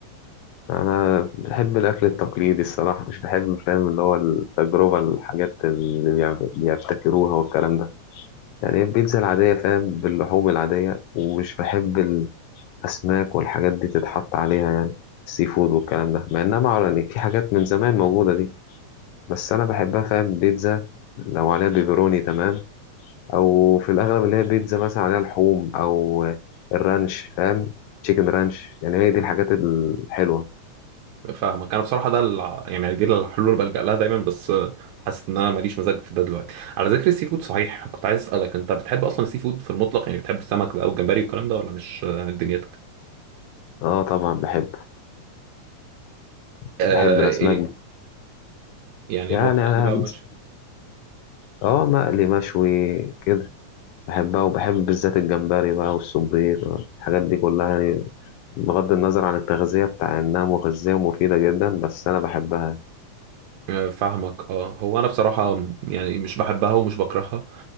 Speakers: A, on the left (about 80°); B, on the right (about 85°).
A: أنا بحب الأكل التقليدي الصراحة مش بحب فاهم اللي هو التجربة الحاجات اللي بيع- بيبتكروها والكلام ده يعني البيتزا العادية فاهم باللحوم العادية ومش بحب الأسماك والحاجات دي تتحط عليها يعني السي فود والكلام ده مع إنها معروفة يعني في حاجات من زمان موجودة دي بس أنا بحبها فاهم بيتزا لو عليها بيبروني تمام او في الاغلب اللي هي بيتزا مثلا عليها لحوم او الرانش فاهم تشيكن رانش يعني هي دي الحاجات الحلوه
B: فاهمك انا بصراحه ده الع- يعني دي الحلول اللي بلجأ لها دايما بس آه، حاسس ان انا ماليش مزاج في ده دلوقتي على ذكر السي فود صحيح كنت عايز اسالك انت بتحب اصلا السي فود في المطلق يعني بتحب السمك بقى والجمبري والكلام ده ولا مش آه، دنيتك
A: اه طبعا بحب
B: آه
A: بحب الاسماك
B: ايه يعني
A: يعني
B: اللي هو مقلي
A: انا
B: بقى
A: <laughs> بس-
B: ومشوي
A: اه مقلي مشوي كده بحبها وبحب بالذات الجمبري بقى والسبيط الحاجات دي كلها يعني بغض النظر عن التغذية بتاع انها مغذية ومفيدة جدا بس انا بحبها
B: آه، فاهمك اه هو انا بصراحه يعني مش بحبها ومش بكرهها